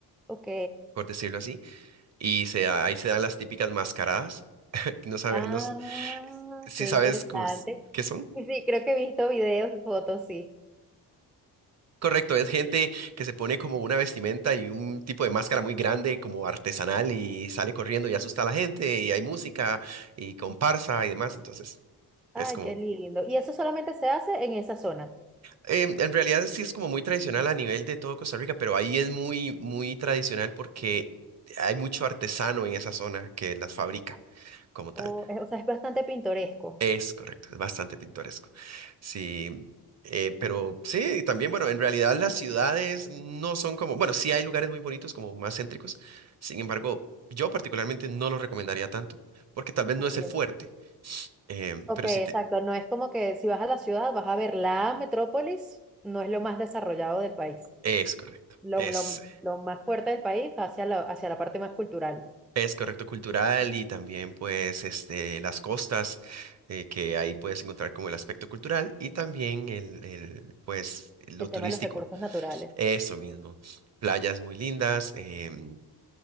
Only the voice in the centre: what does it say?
Ok.
Ah,
qué
interesante.
Y Sí, creo que he visto videos y fotos, sí.
Ay,
qué lindo. Y eso solamente se hace en esa zona.
O, es- o sea, es bastante pintoresco.
Mm,
ok.
Ok,
exacto.
No es como que si vas a la ciudad vas a ver la metrópolis, no es lo más desarrollado del país.
Lo,
lo- lo más fuerte del país va hacia la, hacia la parte más cultural,
el
tema de los recursos naturales.